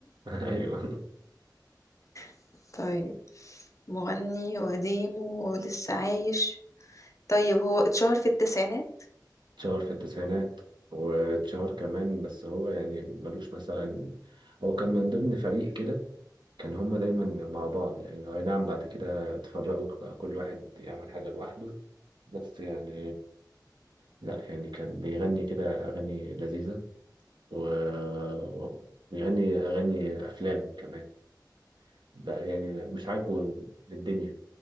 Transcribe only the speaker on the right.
ايوه
اتشهر في التسعينات واتشهر كمان بس هو يعني ملوش مثلا هو كان من ضمن فريق كده كان هما دايما مع بعض يعني أي نعم بعد كده اتفرقوا بقى كل واحد يعمل حاجة لوحده بس يعني لا يعني كان بيغني كده أغاني لذيذة و... و- بيغني أغاني أفلام كمان بقى يعني مش عاجبه للدنيا